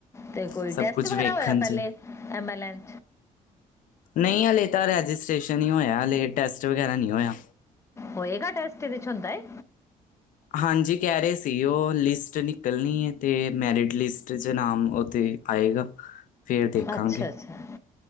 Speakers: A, on the left (about 20°); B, on the left (about 65°).
A: ਤੇ ਕੋਈ
B: ਸਭ
A: ਟੈਸਟ
B: ਕੁਝ
A: ਵਗੈਰਾ
B: ਵੇਖਣ
A: ਹੋਇਆ
B: 'ਚ
A: ਪੈੱਲੇ ਏਮੇਲੇਨ?
B: ਨੀਂ ਹੱਲੇ ਤ ਰਜਿਸਟ੍ਰੇਸ਼ਨ ਈ ਹੋਇਆ, ਹਲੇ ਟੈਸਟ ਵਗੈਰਾ ਨੀ ਹੋਇਆ।
A: ਹੋਏਗਾ ਟੈਸਟ ਇਹਦੇ 'ਚ ਹੁੰਦਾ ਏ?
B: ਹਾਂਜੀ ਕਹਿ ਰਹੇ ਸੀ ਓ, ਲਿਸਟ ਨਿਕਲਣੀ ਹੈ ਤੇ ਮੈਰਿਟ ਲਿਸਟ ਚ, ਨਾਮ ਓ ਤੇ ਆਏਗਾ। ਫਿਰ ਦੇਖਾਂਗੇ।
A: ਅੱਛਾ ਅੱਛਾ